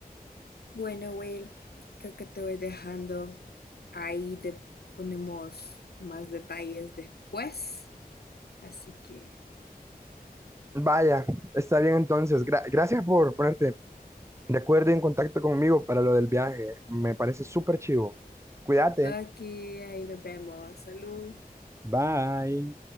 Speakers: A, on the left (about 85°); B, on the right (about 20°).
A: Bueno, Will, creo que te voy dejando. Ahí te ponemos más detalles después. Así que,
B: Vaya, está bien entonces. Gra- gracias por ponerte de acuerdo y en contacto conmigo para lo del viaje. Me parece súper chivo. Cuídate.
A: aquí, ahí nos vemos. Salud.
B: Bye.